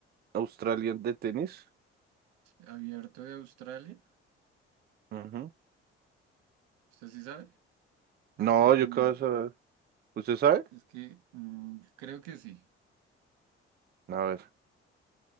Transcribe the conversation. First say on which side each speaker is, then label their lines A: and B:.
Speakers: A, on the right (about 30°); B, on the right (about 70°).
A: Australia de tenis?
B: abierto de Australia,
A: Ujú.
B: ¿usted sí sabe? Yo
A: No,
B: estoy pendiente.
A: yo qué vas a ver. ¿Usted sabe?
B: Es que mm, creo que sí.
A: A ver.